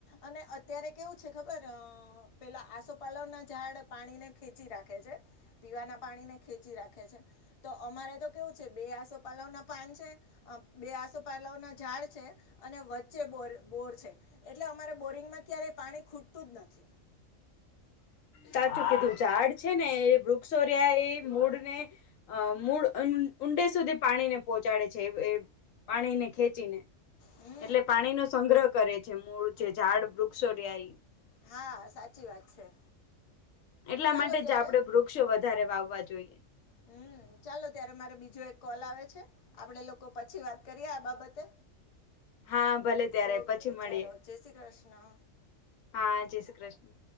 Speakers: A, on the left; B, on the left.
A: અને અત્યારે કેવું છે ખબર અઅઅ પેલા આસોપાલવના ઝાડ પાણીને ખેંચી રાખે છે. પીવાના પાણીને ખેંચી રાખે છે તો અમારે તો કેવું છે બે આસોપાલવ ના પાન છે અ બે આસોપાલવ ના ઝાડ છે અને વચ્ચે બોર બોર છે એટલે અમારે બોરિંગમાં ક્યારે પાણી ખૂટતું જ નથી.
B: સાચું કીધું ઝાડ છે એ વૃક્ષો રહ્યાં એ મૂળને અ મૂળ ઊં ઊંડે સુધી પાણીને પહોચાડે છે એ એ પાણીને ખેંચીને.
A: હમ્મ.
B: એટલે પાણીનો સંગ્રહ કરે છે મૂળ જે ઝાડ, વૃક્ષો રહ્યા એ
A: હા, સાચી વાત છે.
B: એટલા
A: ચાલો
B: માટે
A: ત્યારે
B: જ આપડણેે વૃક્ષો વધારે વાવવા જોઈએ.
A: હમ્મ, ચાલો ત્યારે મારે બીજો એક કોલ આવે છે આપણે લોકો પછી વાત કરીએ આ બાબતે.
B: હા ભલે ત્યારે
A: ઓકે
B: પછી મળીએ
A: ચાલો, જય શ્રી કૃષ્ણ!
B: હા, જય શ્રી કૃષ્ણ!